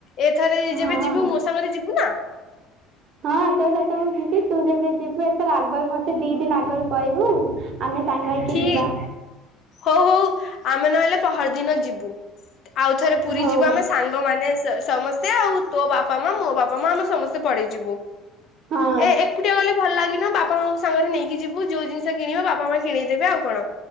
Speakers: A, on the left; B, on the right.
A: ଏଥରେ ଯେବେ
B: ହଁ
A: ଯିବୁ ମୋ ସାଙ୍ଗରେ ଯିବୁ ନା
B: ହଁ ତ ଆଟ ମୁଁ ଯିବି। ତୁ ଯେବେ ଯିବୁ। ଆଗରେ ମତେ ଦି ଦିନ ଆଗରେ କହିବୁ ଆମେ ସାଙ୍ଗ ହେଇକି
A: ଠି
B: ଯିବା
A: ହଉ ହଉ। ଆମେ ନହେଲେ ପହରଦିନ ଯିବୁ। ଆଉଥରେ ପୁରୀ
B: ହଉ
A: ଯିବୁ ଆମେ ସାଙ୍ଗମାନେେ ସମସ୍ତେ ଆଉ ତୋ ବାପା ମା ମୋ ବାପା ମା ଆମେ ସମସ୍ତେ ପଡେଇଯିବୁ।
B: ହଁ
A: ଏ ଏକୁଟିଆ ଗଲେ ଭଲ ଲାଗିନ ବାପା ମାଆଙ୍କୁ ସାଙ୍ଗରେ ନେଇକି ଯିବୁ ଯୋଉ ଜିନିଷ କିିଣିବ ବାପା ମା କିଣେଇଦେବେ ଆଉ କଣ